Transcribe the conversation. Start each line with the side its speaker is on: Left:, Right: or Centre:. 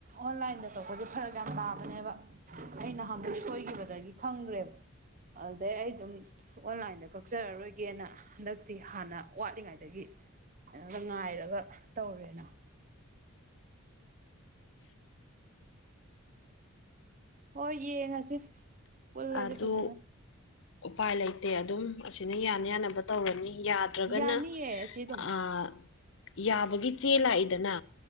Right: ꯑꯣꯟꯂꯥꯏꯟꯗ ꯀꯛꯄꯁꯦ ꯐꯔꯛ ꯌꯥꯝ ꯇꯥꯕꯅꯦꯕ꯫ ꯑꯩ ꯅꯍꯃꯨꯛ ꯁꯣꯏꯈꯤꯕꯗꯒꯤ ꯈꯪꯗ꯭ꯔꯦꯕ꯫ ꯑꯗꯨꯗꯩ ꯑꯩ ꯑꯗꯨꯝ ꯑꯣꯟꯂꯥꯏꯟꯗ ꯀꯛꯆꯔꯔꯣꯏꯒꯦꯅ꯫ ꯍꯟꯗꯛꯇꯤ ꯍꯥꯟꯅ ꯋꯥꯠꯂꯤꯉꯩꯗꯒꯤ ꯀꯩꯅꯣꯗ ꯉꯥꯏꯔꯒ ꯇꯧꯔꯦꯅ꯫ ꯍꯣꯏ ꯌꯦꯡꯉꯁꯤ ꯄꯨꯜꯂꯁꯤ
Left: ꯑꯗꯨ
Right: ꯐꯖꯅ
Left: ꯎꯄꯥꯏ ꯂꯩꯇꯦ ꯑꯗꯨꯝ ꯑꯁꯤꯅ ꯌꯥꯅ ꯌꯥꯅꯕ ꯇꯧꯔꯅꯤꯗ ꯌꯥ ꯅꯠꯇ꯭ꯔꯒꯅ
Right: ꯌꯥꯅꯤꯌꯦ ꯁꯤ ꯑꯗꯨꯝ
Left: ꯑꯥ ꯌꯥꯕꯒꯤ ꯆꯦ ꯂꯥꯛꯏꯗꯅ